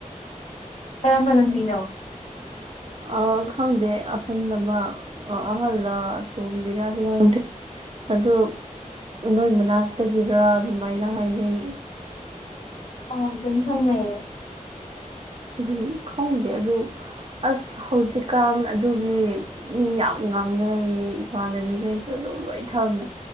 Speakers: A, on the left; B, on the right.
A: ꯀꯔꯝꯕ ꯅꯨꯄꯤꯅꯣ
B: ꯑ ꯈꯪꯗꯦ ꯑꯍꯜ ꯑꯃ ꯑꯍꯜꯂ ꯇꯣꯝꯕꯤꯔꯗꯤ ꯈꯪꯗꯦ ꯑꯗꯣ ꯅꯣꯢ ꯃꯅꯥꯛꯇꯒꯤꯔꯥ ꯑꯗꯨꯃꯥꯢꯅ ꯍꯥꯢꯅꯩ
A: ꯑꯣ ꯑꯗꯨꯅꯤ ꯈꯪꯉꯦ
B: ꯑꯗꯨꯝ ꯈꯪꯗꯦ ꯑꯗꯨ ꯑꯁ ꯍꯧꯖꯤꯛꯀꯥꯜ ꯑꯗꯨꯒꯤ ꯃꯤ ꯌꯥꯝ ꯉꯥꯡꯅꯔꯦ ꯏꯃꯥꯟꯅꯕꯤꯒꯩꯁꯨ ꯁꯨ ꯑꯗꯨꯝ ꯂꯣꯢ ꯊꯝꯃꯦ